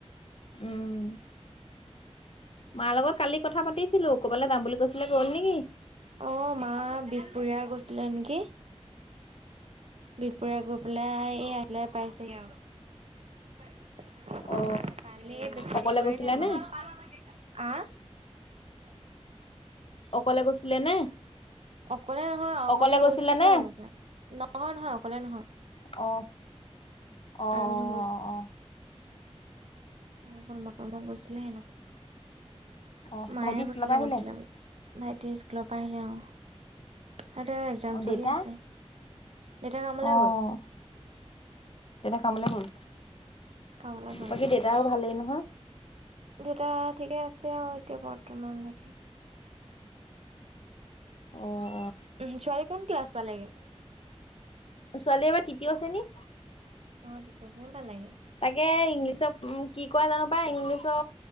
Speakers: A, on the left (about 55°); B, on the right (about 65°).
A: উম মাৰ লগত কালি কথা পাতিছিলো কবালে যাম বুলি কৈছিলে গ'ল নেকি
B: অ মা বিপুৰীয়াৰ গৈছিলে নেকি বিপুৰিয়া গৈ পেলাই এয়া আহি পেলাই পাইছেহি আও
A: অ
B: <unintelligible> বেছি
A: অকলে
B: দেৰি
A: গৈছিলে নে?
B: হোৱাই‌ নাই মা আ <inaudible>
A: অকলে গৈছিলে নে
B: অকলে নহয় আও
A: অকলে
B: মানুহ
A: গৈছিলে
B: গৈছিলেই
A: নে?
B: হ'ব পায়, নহয় নহয় অকলে নহয়
A: অ অ' অ'
B: আৰু মানুহ
A: অ' অ'।
B: অ' কোনোবা - কোনোবাক গৈছিলে হেনো।
A: অ
B: মায়েহে
A: ভাইটি স্কুলৰ
B: কৈছিলে
A: পৰা আহিলে
B: গৈছিলে বুলি, ভাইটি স্কুলৰ পৰা আহিলে অ'। সিহঁতৰ একজাম
A: অ দেউতা
B: চলি আছে। দেউতা কামলৈ
A: অ'
B: গ'ল
A: এটা কামলে গ'ল।
B: কামলৈ
A: বাকী দেউতাও ভালেই নহয়?
B: দেতা ঠিকে আছে আৰু এতিয়া বৰ্তমানলৈকে।
A: অঁ।
B: উম, ছোৱালী কোন ক্লাছ? পালে গে।
A: ছোৱালী এবাৰ তিতীয় শ্ৰেণী।
B: অ' তিতীয় শ্ৰেণী পালাগে।
A: তাকে ইংলিছ ত' উম কি কয় জানো পাই, ইংলিছৰ